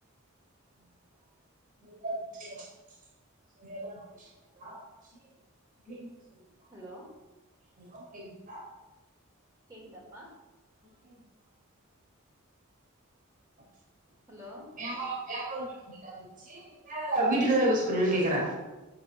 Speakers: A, on the right (about 40°); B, on the right (about 15°).
A: <inaudible> <inaudible>
B: ஹலோ
A: ஹலோ கேக்துங்ளா
B: கேக்குதப்பா
A: ஓகே <unintelligible> <inaudible>
B: ஹலோ
A: வியபாரோ வியபாரோ பண்ணுவீங்ளா அத வெச்சு இல்ல வீட்டுக்குதா யூஸ் பண்ணுவியா கேக்றே